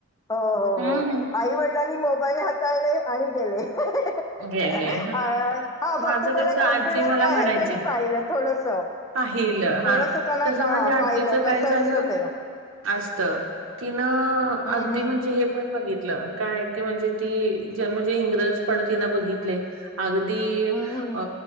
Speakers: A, on the left; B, on the right.
A: हो
B: हम्म
A: आई वडील <unintelligible> नी मोबाईल हाताळले आणि गेले.
B: गेले
A: हा फक्त
B: माझं
A: त्याला
B: कसं
A: कमप्युटर
B: आजी मला
A: काय
B: म्हणायची
A: आहे त्यांनी पाहिलं थोडस.
B: पाहिलं
A: थोडस
B: हा
A: त्याला
B: तसं
A: का
B: माझे आजीच
A: पाहिलं कसं
B: काय झालं
A: असतं ते
B: असत तिनं
A: हम्म
B: अगदी
A: हम्म
B: म्हणजे हे पण बघितलं काय की म्हणजे ती ज म्हणजे इंग्रज पण तिन बघितले अगदी
A: हम्म हम्म
B: अ